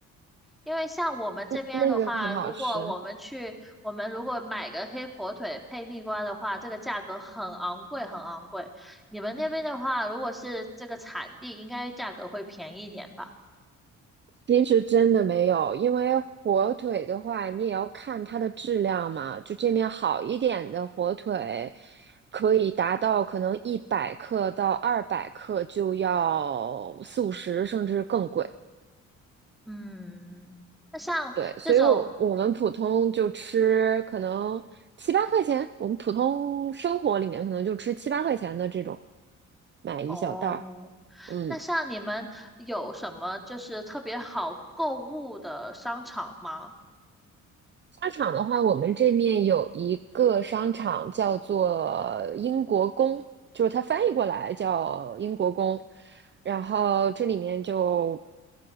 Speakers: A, in the centre; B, on the right.
A: 因为像我们这边的话，
B: 嗯，那个很好吃。
A: 如果我们去，我们如果买个黑火腿配蜜瓜的话，这个价格很昂贵，很昂贵。你们那边的话，如果是这个产地，应该价格会便宜一点吧？
B: 其实真的没有，因为火腿的话，你也要看它的质量嘛。就这面好一点的火腿，可以达到可能一百克到二百克就要四五十，甚至更贵。
A: 嗯，那像这种，
B: 对，所以我我们普通就吃可能七八块钱，我们普通生活里面可能就吃七八块钱的这种，买一小袋儿。
A: 哦，
B: 嗯，
A: 那像你们有什么就是特别好购物的商场吗？
B: 商场的话，我们这面有一个商场叫做英国宫，就是它翻译过来叫英国宫，然后这里面就